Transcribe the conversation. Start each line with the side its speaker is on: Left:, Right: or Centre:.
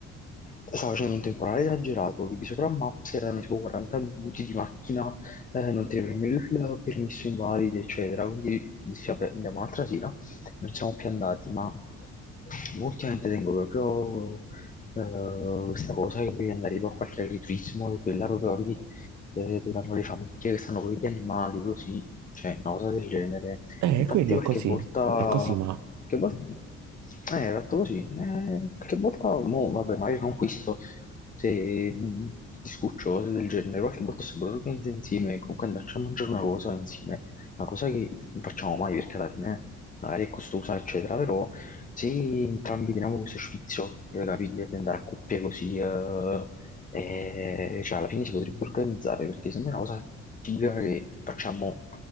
Left: Stava facendo un temporale esagerato, vedi sopra Maps erano tipo 40 minuti di macchina, eh, non ti prendevi il permesso invalidi, eccetera. Quindi dissi, vabbè, andiamo un'altra sera, non siamo più andati, ma ultimamente tengo proprio eh, questa cosa che devi andare tipo a qualche agriturismo, quella proprio, vedi, eh, dove vanno le famiglie che stanno con gli animali, così cioè una cosa del genere.
Right: Eh,
Left: Infatti
Right: quello
Left: qualche
Right: è così,
Left: volta,
Right: è così, ma
Left: che volta, eh, esatto così, eh, qualche volta, mo, vabbè, magari non questo, se mh, ti scuccio, cose del genere, qualche volta se lo organizza insieme, comunque andarci a mangiare una cosa insieme, una cosa che non facciamo mai perché alla fine magari è costosa, eccetera, però se entrambi teniamo questo sfizio, capire, di andare a coppie così, eh, eh, cioè, alla fine si potrebbe organizzare perché sembra una cosa figa che facciamo